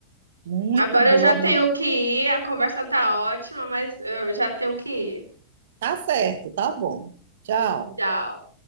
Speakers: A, on the right; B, on the right.
A: Muito
B: Agora
A: boa
B: eu já tenho
A: mesmo.
B: que ir. A conversa tá ótima, mas eu já tenho que ir.
A: Tá certo, tá bom. Tchau.
B: Tchau.